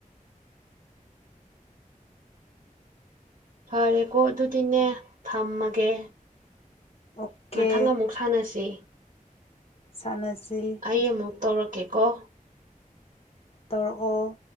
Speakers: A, on the right; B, on the left.
A: ꯐꯔꯦꯀꯣ ꯑꯗꯨꯗꯤꯅꯦ ꯊꯝꯃꯒꯦ
B: ꯑꯣꯀꯦ
A: ꯃꯊꯪ ꯑꯃꯨꯛ ꯁꯥꯟꯅꯁꯤ
B: ꯁꯥꯟꯅꯁꯤ
A: ꯑꯩ ꯑꯃꯨꯛ ꯇꯧꯔꯛꯀꯦꯀꯣ
B: ꯇꯧꯔꯛꯑꯣ